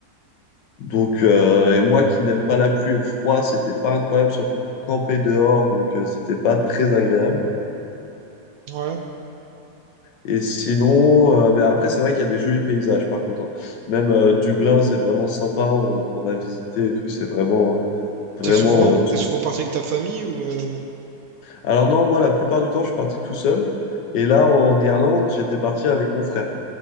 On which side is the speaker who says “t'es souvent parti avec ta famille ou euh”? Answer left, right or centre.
Right